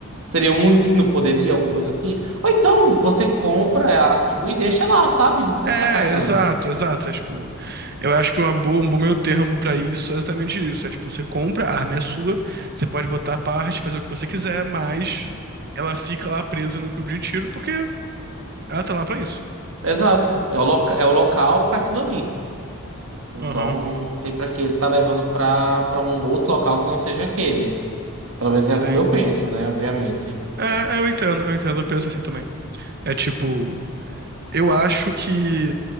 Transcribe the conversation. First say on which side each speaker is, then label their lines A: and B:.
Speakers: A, on the right; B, on the right.
A: Seria um único que não poderia, alguma coisa assim. Ou então você compra a sua e deixa lá, sabe? Não precisa
B: É,
A: estar carregando.
B: exato, exato. É, tipo, eu acho que uma boa, um bom meio termo pra isso é exatamente isso. É tipo, você compra, a arma é sua, você pode botar a parte, fazer o que você quiser, mas ela fica lá presa no clube de tiro porque ela tá lá pra isso.
A: Exato. É o, loca é o local para aquilo ali. Então,
B: Aham,
A: não tem para que tá levando para para um outro local que não seja aquele. Pelo menos
B: sim.
A: é como eu penso, né? Obviamente.
B: É, é, eu entendo, eu entendo, eu penso assim também. É tipo, eu acho que